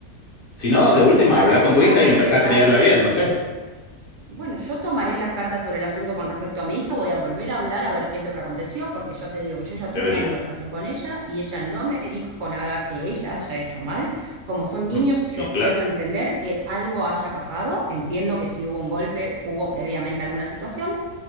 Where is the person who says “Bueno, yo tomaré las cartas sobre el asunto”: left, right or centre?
Right